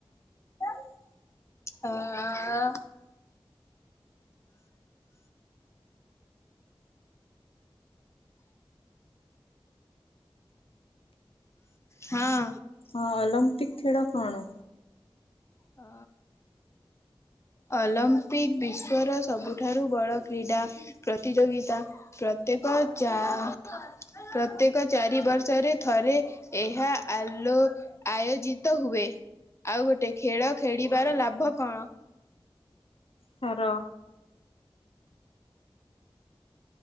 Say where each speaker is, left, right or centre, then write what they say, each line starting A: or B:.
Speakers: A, on the left; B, on the left.
A: <unintelligible> ହଁ,
B: ହଁ, ଅଲମ୍ପିକ ଖେଳ କଣ?
A: ଆ ଅଲମ୍ପିକ୍ ବିଶ୍ୱର ସବୁଠାରୁ ବଡ଼ କ୍ରୀଡ଼ା। ପ୍ରତିଯୋଗିତା। ପ୍ରତ୍ୟେକ ଯା ପ୍ରତ୍ୟେକ ଚାରି ବର୍ଷରେ ଥରେ ଏହା ଆଲୋ ଆୟୋଜିତ ହୁଏ। ଆଉ ଗୋଟେ ଖେଳ ଖେଳିବାର ଲାଭ କଣ?
B: ର